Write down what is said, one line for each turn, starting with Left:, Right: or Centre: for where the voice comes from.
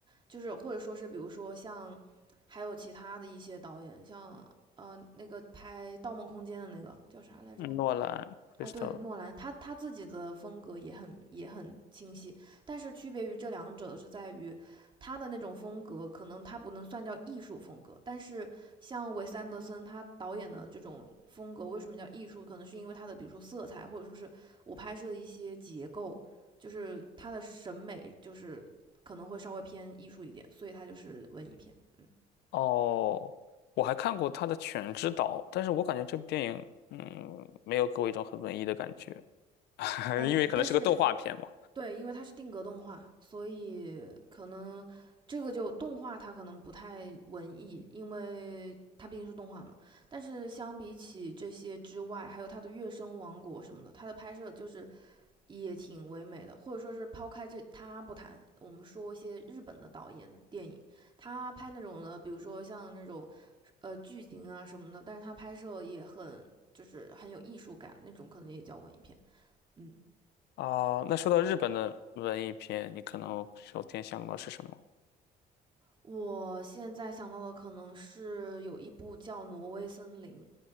Right: 就是或者说是比如说像还有其他的一些导演，像呃那个拍《盗梦空间》的那个叫啥来着？
Left: 嗯诺兰 Crystal
Right: 啊，对，诺兰他他自己的风格也很也很清晰，但是区别于这两者的是在于，他的那种风格可能他不能算叫艺术风格，但是像韦斯安德森他导演的这种风格为什么叫艺术？可能是因为他的比如说色彩，或者说是我拍摄的一些结构，就是他的审美就是可能会稍微偏艺术一点，所以他就是文艺片，嗯。
Left: 哦，我还看过他的《犬之岛》，但是我感觉这部电影嗯没有给我一种很文艺的感觉，<laughs>
Right: 呃，
Left: 因为可能是个动画片嘛。
Right: 但是对，因为它是定格动画，所以可能这个就动画它可能不太文艺，因为它毕竟是动画嘛。但是相比起这些之外，还有它的《月升王国》什么的，它的拍摄就是也挺唯美的，或者说是抛开这它不谈，我们说一些日本的导演的电影，他拍那种的，比如说像那种呃剧情啊什么的，但是他拍摄也很就是很有艺术感，那种可能也叫文艺片，嗯。
Left: 啊、那说到日本的文艺片，你可能首先想到的是什么？
Right: 我现在想到的可能是有一部叫《挪威森林》，